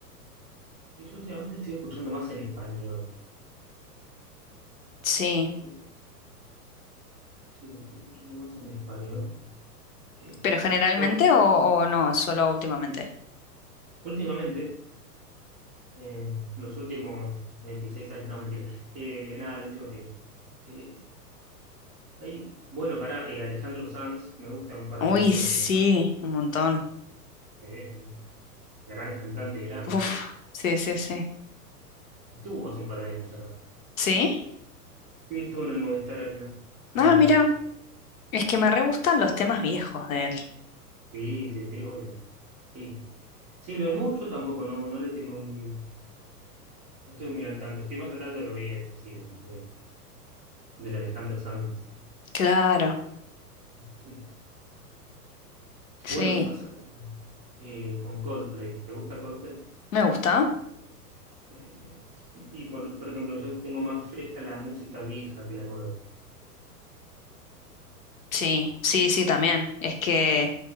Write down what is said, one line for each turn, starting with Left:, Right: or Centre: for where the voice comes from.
Right: Sí, yo últimamente estoy escuchando más en español.
Left: sí.
Right: Sí, sí, estoy escuchando más en español. Eh,
Left: ¿Pero generalmente
Right: bueno,
Left: o, o no? Solo últimamente.
Right: últimamente, eh, los últimos 26 años, no, mentira, Eh, nada, el último tiempo. Eh, hay, bueno, para Alejandro Sanz, me gustan un par
Left: Uy,
Right: de canciones
Left: sí,
Right: de Alejandro.
Left: un montón.
Right: eh, sí. gran cantante, gran.
Left: Uf, sí, sí, sí.
Right: Estuvo hace un par de años acá.
Left: ¿Sí?
Right: Sí, estuvo en el Movistar Arena. Arena.
Left: Ah, mira, es que me re gustan los temas viejos de él.
Right: Sí, sí, sí, obvio. Sí, sí, lo nuevo yo tampoco no, no le tengo muy. No estoy muy al tanto, estoy más al tanto de lo viejo, sí, del, del- del Alejandro Sanz.
Left: Claro,
Right: Sí.
Left: sí.
Right: Bueno, me pasa con, eh, con Coldplay. ¿Te gusta Coldplay?
Left: ¿Me gusta?
Right: Eh, y y por, por ejemplo, yo tengo más fresca la música vieja que la nueva.
Left: Sí, sí, sí, también. Es que,